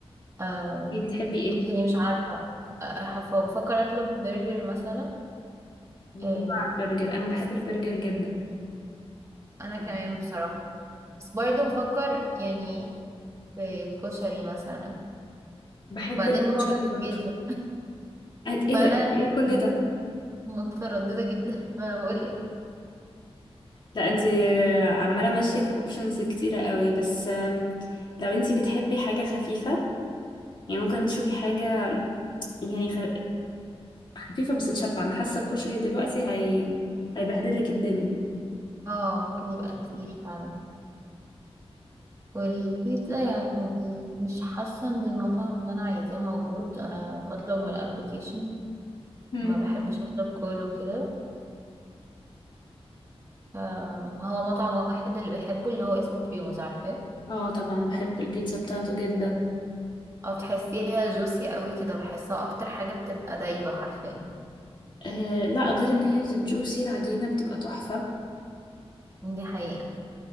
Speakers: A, on the right (about 30°); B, on the left (about 50°).
A: آه
B: ايه بتحبي ايه
A: يعني مش عارفة آه، بفكر اطلب برجر مثلا
B: الله
A: آه
B: على البرجر انا بحب
A: بس
B: البرجر جدا
A: انا كمان بصراحة بس برضه بفكر يعني في كشري مثلا
B: بحب
A: وبعدين
B: الكشري
A: بفكر في
B: برضه
A: بيتزا
B: أنت- ايه
A: فانا
B: ده ايه كل
A: يعني
B: ده
A: مترددة جدا <laughs> ما بقولك
B: لا انت عمالة ماشية في اوبشنز كتيرة قوي بس آم، لو انت بتحبي حاجة خفيفة يعني ممكن تشوفي حاجة يعني خ... خفيفة بس تشبع انا حاسة الكشري دلوقتي هي هيبهدلك الدنيا
A: اه ممكن يبقى تقيل فعلا والبيتزا يعني مش حاسة ان المطعم اللي انا عايزاه موجود انا بطلب من الابليكيشن
B: مم.
A: ما بحبش اطلب كول وكده ف- هو مطعم واحد اللي بحبه اللي هو اسمه بريموز عارفاه
B: اه طبعا بحب البيتزا بتاعته جدا
A: اه بتحسيها جوسي قوي كده بحسها اكتر حاجة بتبقى دايبة حرفيا
B: آه لا غير ان هي جوسي العجينة بتبقى تحفة
A: دي حقيقة